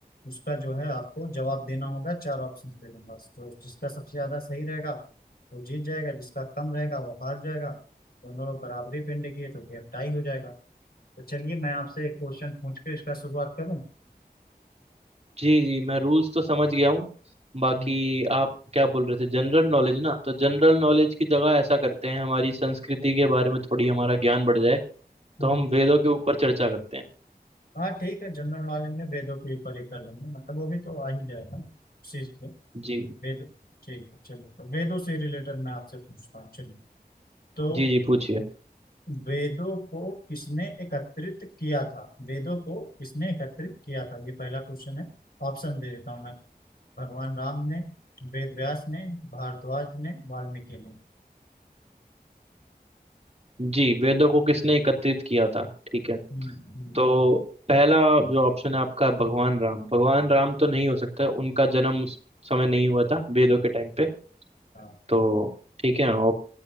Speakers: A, on the left; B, on the right.
A: उसका जो है आपको जवाब देना होगा चार ऑप्शन दे दूंगा तो जिसका सबसे ज्यादा सही रहेगा वो जीत जाएगा जिसका कम रहेगा वो हार जाएगा दोनों लोग बराबरी पिंड किए तो गेम टाई हो जाएगा तो चलिए मैं आपसे एक क्वेश्चन पूछ के इसका शुरुआत करूँ
B: जी जी मैं रूल्स तो समझ गया हूँ बाकी
A: हम्म,
B: आप क्या बोल रहे थे जनरल नॉलेज ना तो जनरल नॉलेज की जगह ऐसा करते हैं हमारी संस्कृति के बारे में थोड़ी हमारा ज्ञान बढ़ जाए
A: हम्म।
B: तो हम वेदों के ऊपर चर्चा करते हैं
A: हाँ ठीक है जनरल वाले में वेदों के ऊपर ही कर लेंगे मतलब वो भी तो आ ही जाएगा चीज पे
B: जी
A: वेद ठीक है चलिए तो वेदों से रिलेटेड मैं आपसे पूछता हूँ चलिए तो
B: जी जी पूछिए
A: वेदों को किसने एकत्रित किया था वेदों को किसने एकत्रित किया था ये पहला क्वेश्चन है ऑप्शन दे देता हूँ मैं भगवान राम ने वेद व्यास ने भारद्वाज ने वाल्मीकि ने
B: जी वेदों को किसने एकत्रित किया था ठीक है
A: हम्म, हम्म,
B: तो पहला जो ऑप्शन है आपका भगवान राम भगवान राम तो नहीं हो सकता उनका जन्म उस समय नहीं हुआ था वेदों के टाइम पे
A: हाँ
B: तो ठीक है और